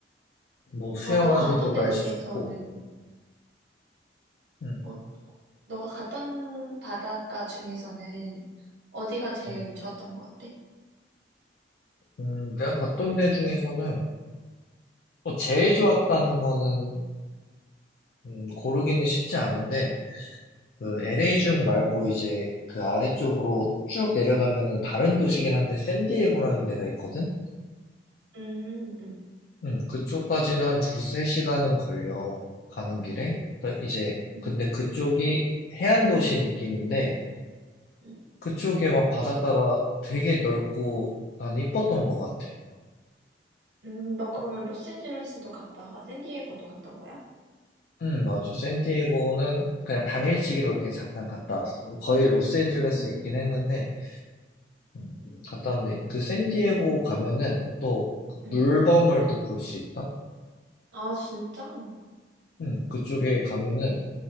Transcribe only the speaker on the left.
뭐 수영하기도
날씨
좋고. 음,
음.
음, 내가 갔던 데 중에서는 뭐 제일 좋았다는 거는 음, 고르기는 쉽지 않은데 그
LA 중 말고 이제 그 아래쪽으로 쭉 내려가면은 다른 도시긴 한데 샌디에고라는 데가 있거든.
음, 그쪽까지는 한 두세 시간은 걸려 가는 길에. 그 이제
근데 그쪽이 해안 도시 느낌인데
그쪽에 막 바닷가가 되게 넓고 난 이뻤던 것 같아.
응, 맞아. 샌디에고는 그냥 당일치기로 이렇게 잠깐 갔다 왔어. 거의 로스앤젤레스에
있긴 했는데, 음, 갔다 왔는데, 그 샌디에고 가면은 또그
물범을 또 볼 수 있다?
응, 그쪽에 가면은